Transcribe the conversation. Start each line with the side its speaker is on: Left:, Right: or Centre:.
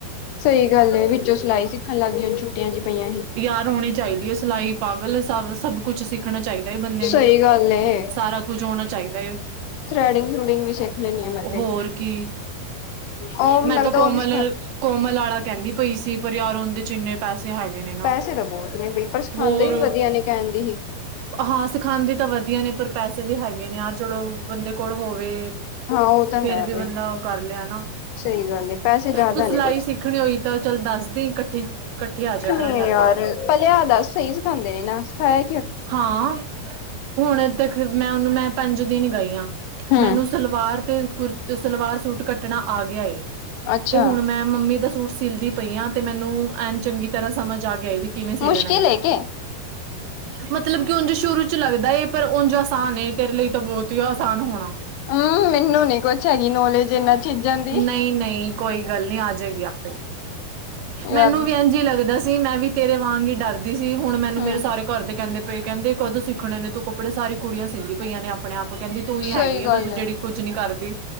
Left: ਸਹੀ ਗੱਲ ਏ। ਵਿੱਚੋਂ ਸਿਲਾਈ ਸਿੱਖਣ ਲੱਗ ਗਈਯਾਂ ਛੁੱਟੀਆਂ ਚ ਪਈਆਂ ਸੀ।
Right: ਯਾਰ, ਉਂਣੀ ਚਾਹੀਦੀ ਏ ਸਿਲਾਈ ਪਾਗਲ ਸਭ ਸਭ ਕੁੱਛ ਸਿੱ ਰਖਣਾ ਚਾਹੀਦਾ ਏ ਬੰਦੇ ਨੂੰ,
Left: ਸਹੀ ਗੱਲ ਏ
Right: ਸਾਰਾ ਕੁਝ ਹੋਣਾ ਚਾਹੀਦਾ ਏ।
Left: ਥਰੈਡਿੰਗ- ਥਰੂਡਿੰਗ ਵੀ ਸਿੱਖਲੈਣੀ ਏ ਮੈਂ ਤੇ।
Right: ਹੋਰ ਕੀ
Left: ਉਹ ਮੈਨੂੰ
Right: ਮੈਂ
Left: ਲੱਗਦਾ
Right: ਤਾਂ ਕੋਮਲ,
Left: ਉਹ ਵੀ ਸਿਖਾ
Right: ਕੋਮਲ ਆਲਾ ਕਹਿੰਦੀ ਪਈ ਸੀ, ਪਰ ਯਾਰ ਉਹਦੇ ਚ' ਇੰਨੇ ਪੈਸੇ ਹੈਗੇ। ਨੇ ਨਾ
Left: ਪੈਸੇ ਤਾਂ ਬਹੁਤ ਨੇ ਬਈ, ਪਰ ਸਿਖਾਉਂਦੇ
Right: ਹੋਰ
Left: ਵੀ ਵਧੀਆ ਨੇ ਕਹਿਣ ਦੀ ਹੀ।
Right: ਹਾਂ ਸਿਖਾਂਦੀ ਤਾਂ ਵਧੀਆ ਨੇ, ਪਰ ਪੈਸੇ ਵੀ ਹੈਗੇ ਨੇ ਯਾਰ ਚਲੋ, ਬੰਦੇ ਕੋਲ ਹੋਵੇ।
Left: ਹਾਂ ਉਹ ਤਾਂ
Right: ਫੇਰ
Left: ਹੈ
Right: ਵੀ
Left: ਬਈ
Right: ਬੰਦਾ ਉਹ ਕਰ ਲੇ ਹੇਨਾ।
Left: ਸਹੀ ਗੱਲ ਏ ਪੈਸੇ ਜ਼ਿਆਦਾ
Right: ਤੂੰ ਸਿਲਾਈ
Left: ਨੇ ਕੁਛ
Right: ਸਿੱਖ ਕਰਣੀ ਹੋਈ ਤਾਂ ਚੱਲ ਦੱਸਦੀ, ਇਕੱਠੀ ਕੱਠੇ ਆ ਜਾ ਕਰਾਂਗੇ
Left: ਨੀ
Right: ਆਪਾਂ
Left: ਯਾਰ, ਪਹਲੇ ਆ ਦਸ ਸਹੀ ਸਿਖਾਦੇ ਨੇ ਨਾ ਹੈ।
Right: ਹਾਂ। ਹੁਣ ਤਕ ਮੈਂ ਉਹਨੂੰ ਮੈਂ ਪੰਜ ਦਿਨ ਗਈ ਆ।
Left: ਹਮ
Right: ਮੈਨੂੰ ਸਲਵਾਰ ਤੇ ਕੁੁਰ ਸਲਵਾਰ ਸੂਟ ਕੱਟਣਾ ਆ ਗਿਆ ਏ
Left: ਅੱਛਾ
Right: ਤੇ ਹੁਣ ਮੈਂ ਮੰਮੀ ਦਾ ਸੂਟ ਸੀਲਦੀ ਪਈ ਆ ਤੇ ਮੈਨੂੰ ਐਨ ਚੰਗੀ ਤਰ੍ਹਾਂ ਸਮਝ ਆ ਗਿਆ ਵੀ ਕਿਵੇਂ ਸੀਲਣਾ
Left: ਮੁਸ਼ਕਿਲ
Right: ਏ।
Left: ਹੈ ਕੇ
Right: ਮਤਲਬ ਕਿ ਉੰਂਝ ਸ਼ੁਰੂ ਚ' ਲੱਗਦਾ ਏ ਪਰ ਉੰਝ ਆਸਾਨ ਏ, ਤੇਰੇ ਲਈ ਤਾਂ ਬੋਤ ਈ ਆਸਾਨ ਹੋਣਾ।
Left: ਹਮ ਮੈਨੂੰ ਨੀ ਕੁਛ ਹੈਗੀ ਨੌਲੇਜ ਇਹਨਾਂ ਚੀਜ਼ਾਂ ਦੀ
Right: ਨਈ -ਨਈ। ਕੋਈ ਗੱਲ ਨੀ, ਆ ਜਗੀ ਆਪੇ ਮੈਨੂੰ
Left: ਯਾਰ
Right: ਵੀ ਅੰ ਜ ਲੱਗਦਾ ਸੀ ਮੈਂ ਵੀ ਤੇਰੇ ਵਾਂਗ ਈ ਡਰਦੀ ਸੀ, ਹੁਣ ਮੈਂਨੂੰ
Left: ਹਮ
Right: ਮੇਰੇ ਸਾਰੇ ਘਰਦੇ ਕਹਿੰਦੇ ਪਏ, ਕਹਿੰਦੇ ਕਦੋਂ ਸਿੱਖਣੇ ਨੇ ਤੂੰ ਕੱਪੜੇ ਸਾਰੀ ਕੁੜੀਆਂ ਸੀਦੀ ਪਈਆਂ ਨੇ ਆਪ। ਆਪਣੇ ਆਪ ਕਹਿੰਦੀ ਤੂੰ ਈ ਹੈਗੀ
Left: ਸਹੀ
Right: ਏ
Left: ਗੱਲ
Right: ਬਸ
Left: ਹੈ
Right: ਜਿਹੜੀ ਕੁੱਛ ਨੀ ਕਰਦੀ,